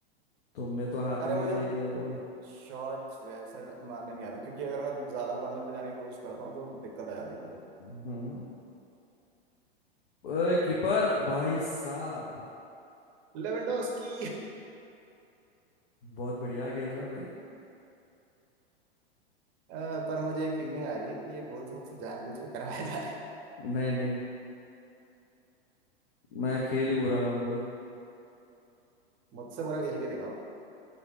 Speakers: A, on the left; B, on the right.
A: तुमने तो हाथ
B: अरे
A: में
B: मुझे
A: ही दे दिया बॉल
B: शॉर्ट्स वैसे मारने नहीं आते क्योंकि अगर मैं ज्यादा कॉर्नर पे जाने की कोशिश करता हूँ तो दिक्कत आ जाती है मुझे
A: हम्म ओए, कीपर भाई साहब
B: लेवेंडोस की
A: बहुत बढ़िया खेल रहा है भाई
B: अ, पर मुझे एक फीलिंग आ रही है कि ये गोल्स मुझसे जानबूझ के करवाया जा रहा है
A: नहीं नहीं मैं खेल ही बुरा रहा हूँ भाई
B: मुझसे बुरा खेल के दिखाओ